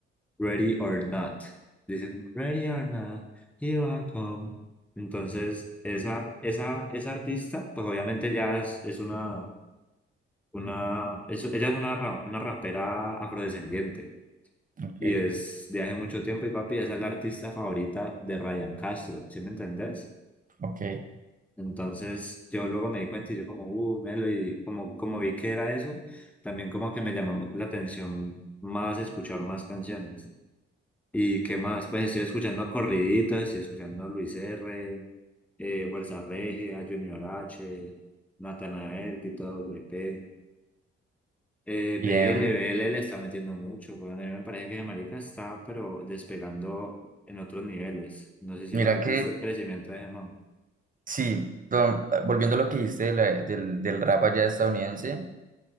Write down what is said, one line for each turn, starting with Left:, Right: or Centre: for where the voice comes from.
Centre: Ready or Not. Dicen, Ready or Not, here I come. Entonces, esa, esa, esa artista, pues obviamente ya es, es una, una, es- ella es una, ra- una rapera afrodescendiente.
Right: Ok,
Centre: Y es de hace mucho tiempo y papi, esa es la artista favorita de Ryan Castro, ¿sí me entendés?
Right: ok,
Centre: Entonces yo luego me di cuenta y yo como, uh, Melo, y como, como vi que era eso, también como que me llamó la atención más escuchar más canciones. ¿Y qué más? Pues estoy escuchando corriditos, estoy escuchando a Luis R., eh, Fuerza Regida, Junior H., Natanael, Tito W P Eh,
Right: bien.
Centre: BL, BL le está metiendo mucho, weón. A mí me parece que ese marica está, pero despegando en otros niveles. No sé si
Right: Mira
Centre: lo has
Right: que,
Centre: visto el crecimiento de ese man.
Right: sí, don- volviendo a lo que dijiste de la- del, del rap allá estadounidense.